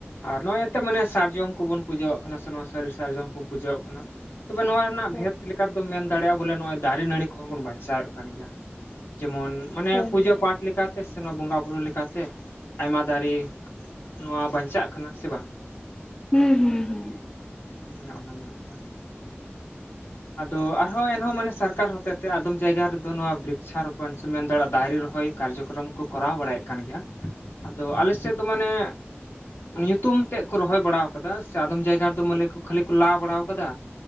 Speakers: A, on the left; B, on the left.
A: ᱟᱨ ᱱᱚᱜ-ᱚᱭ ᱮᱛᱮᱜ ᱢᱟᱱᱮ ᱥᱟᱨᱡᱚᱢ ᱠᱚ ᱵᱚᱱ ᱯᱩᱡᱟᱹᱣᱟᱜ ᱠᱟᱱᱟ ᱥᱮ ᱱᱚᱣᱟ ᱥᱟᱹᱨᱤ ᱥᱟᱨᱡᱚᱢ ᱠᱚ ᱯᱩᱡᱟᱹᱣᱟᱜ ᱠᱟᱱᱟ᱾ ᱛᱚᱵᱮ ᱱᱚᱣᱟ ᱨᱮᱱᱟᱜ
B: ᱦᱳᱭ
A: ᱵᱷᱮᱫᱽ ᱞᱮᱠ ᱠᱟ‌ ᱛ ᱫᱚᱢ ᱢᱮᱱ ᱫᱟᱲᱮᱭᱟᱜ-ᱟ ᱵᱚᱞᱮ ᱱᱚᱜ-ᱚᱭ ᱫᱟᱨᱮ ᱱᱟᱹᱲᱤ ᱠᱚᱦᱚᱸ ᱵᱚᱱ ᱵᱟᱧᱪᱟᱣᱮᱜ ᱠᱟᱱ ᱜᱮᱭᱟ᱾ ᱡᱮᱢᱚᱱ ᱢᱟᱱᱮ
B: ᱦᱳᱭ
A: ᱯᱩᱡᱟᱹ
B: ᱦᱳᱭ
A: ᱯᱟᱴ ᱞᱮᱠᱟ ᱛᱮ ᱥᱮ ᱱᱚᱶᱟ ᱵᱚᱸᱜᱟ ᱵᱩᱨᱩ ᱞᱮᱠᱟ ᱛᱮ᱾ ᱟᱭᱢᱟ ᱫᱟᱨᱤ ᱱᱚᱣᱟ ᱵᱟᱧᱪᱟᱜ ᱠᱟᱱᱟ ᱥᱮ ᱵᱟᱝ?
B: ᱦᱩᱸ ᱦᱩᱸ ᱦᱩᱸ᱾
A: ᱦᱮᱸ ᱚᱱᱟ ᱧᱮᱞᱚᱜ ᱠᱟᱱᱟ? ᱟᱫᱚ ᱟᱨ ᱦᱚᱸ ᱮᱱᱦᱚᱸ ᱢᱟᱱᱮ ᱥᱟᱨᱠᱟᱨ ᱦᱚᱛᱮᱛᱮ ᱟᱫᱚᱢ ᱡᱟᱭᱜᱟ ᱨᱮᱫᱚ ᱱᱚᱣᱟ ᱵᱽᱨᱤᱠᱪᱷᱟ ᱨᱚᱯᱚᱱ ᱥᱮᱢ ᱢᱮᱱ ᱫᱟᱲᱮᱜ-ᱟ ᱫᱟᱨᱤ ᱨᱚᱦᱚᱭᱸ ᱠᱟᱨᱡᱚᱠᱨᱚᱢ ᱠᱚ ᱠᱚᱨᱟᱣ ᱵᱟᱲᱟᱭᱮᱜ ᱠᱟᱱ ᱜᱮᱭᱟ, ᱟᱫᱚ ᱟᱞᱮ ᱥᱮᱜ ᱫᱚ ᱢᱟᱱᱮ ᱚᱱᱤ ᱧᱩᱛᱩᱢ ᱛᱮᱫ ᱠᱚ ᱨᱚᱦᱚᱭ ᱵᱟᱲᱟᱣ ᱟᱠᱟᱫᱟ ᱥᱮ ᱟᱫᱚᱢ ᱡᱟᱭᱜᱟ ᱨᱮᱫᱚ ᱢᱟᱱᱮ ᱠᱚ ᱠᱷᱟᱹᱞᱤ ᱠᱚ ᱞᱟ ᱵᱟᱲᱟᱣ ᱟᱠᱟᱫᱟ᱾